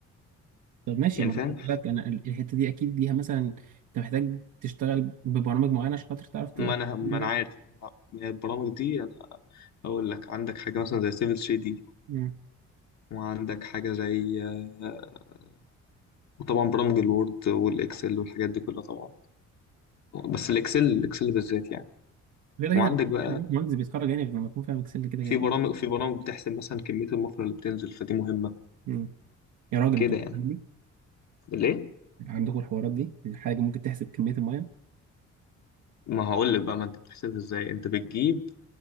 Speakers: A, on the right; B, on the left.
A: طب ماشي
B: يعني
A: ما أنا
B: فاهم
A: قلت لك انا ال- الحته دي اكيد ليها مثلا انت محتاج تشتغل ببرامج معينه عشان خاطر تعرف تبقى
B: ما انا ما
A: بجد
B: انا عارف البرامج دي انا هقول لك عندك حاجه مثلا زي سيفل 3 دي
A: مم.
B: وعندك حاجه زي آه، وطبعا برامج الوورد والاكسل والحاجات دي كلها طبعا بس الاكسل الاكسل بالذات يعني
A: كده
B: وعندك
A: كده
B: بقى
A: المهندس بيتخرج يعني غير لما يكون فاهم اكسل كده
B: في
A: كده
B: برامج في برامج بتحسب مثلا كمية المصر اللي بتنزل فدي مهمة
A: مم. يا راجل
B: كده
A: انت بتعمل
B: يعني
A: إيه؟
B: ليه؟
A: عندكم الحوارات دي الحاجه ممكن تحسب كميه الميه
B: ما هقول لك بقى ما انت بتحسبها ازاي انت بتجيب